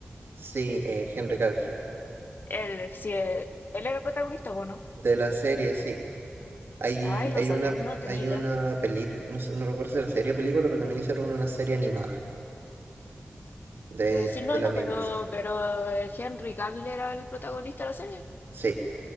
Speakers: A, on the right; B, on the left.
A: Sí, eh, Henry Cavill.
B: Él, si, e, él era el protagonista, ¿o no?
A: De la serie, sí. Hay,
B: Ay, lo
A: hay
B: sacaron,
A: una,
B: no tenía
A: hay
B: idea.
A: una película, no sé, no recuerdo si era serie o película, pero también hicieron una serie animada de,
B: Eh, sí, no,
A: de la
B: no,
A: misma,
B: pero,
A: sí.
B: pero eh, Henry Cavill era el protagonista de la serie.
A: Sí,